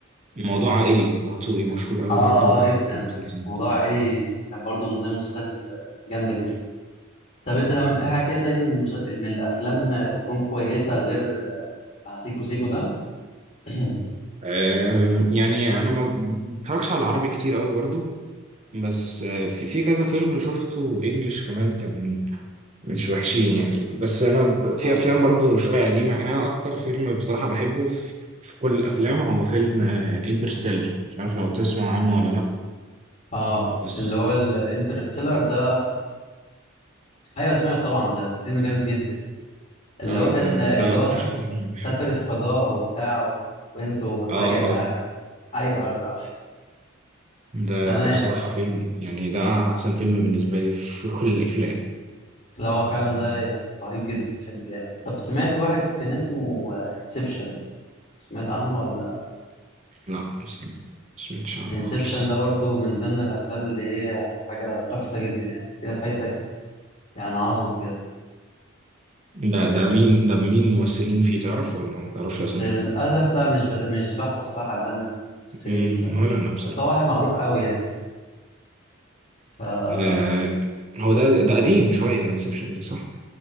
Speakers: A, on the right; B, on the left.
A: موضوع عائلي طه دسوقي مشهور قوي
B: اه
A: برضه في
B: اه جدا
A: في مسلسل موضوع
B: موضوع عائلي
A: عائلي
B: كان برضه من ضمن المسلسلات الجامده جدا طب انت لما في حاجه كده تاني من المس... من الافلام آه، تكون كويسه غير آه، سيكو سيكو ده <clears throat>
A: آه، يعني انا ما بتفرجش على العربي كتير قوي برضو بس آه، في في كذا فيلم شفته انجليش كمان كان مش وحشين يعني بس انا ب- في
B: اه
A: افلام برضو شويه قديمه يعني انا اكتر فيلم بصراحه بحبه في, في كل الافلام هو فيلم انترستيلر مش عارف لو تسمع عنه ولا لا
B: اه
A: بس
B: اللي هو الانترستيلر ده ايوه سمعته طبعا ده فيلم جامد جدا يعني. اللي
A: اه
B: هو كان
A: آه، ده
B: اللي
A: ده
B: هو
A: اكتر
B: سافر
A: فيلم
B: سافر
A: بحبه
B: الفضاء وبتاع وبنته ولما
A: اه
B: رجع لها
A: اه
B: ايوه ايوه عارف
A: ده
B: تمام
A: ده بصراحه فيلم يعني ده احسن فيلم بالنسبه لي في كل الافلام
B: لا هو فعلا
A: يعني
B: ده يعني رهيب جدا فيلم جامد طب سمعت واحد كان اسمه انسبشن سمعت عنه ولا
A: لا بصراحه ما سمعتش عنه
B: انسبشن
A: خالص
B: ده برضو من ضمن الافلام اللي هي يعني حاجه تحفه جدا يعني انت كده فايتك يعني عظمه بجد
A: ده ده مين ده مين ممثلين فيه تعرف ولا ما تعرفش اسامي
B: للاسف لا مش بت... مش بحفظ صح اسامي الممثلين
A: مم،
B: ف...
A: ولا انا بصراحه
B: بس هو واحد معروف قوي يعني ف اه
A: آه هو ده ده قديم شويه انسبشن صح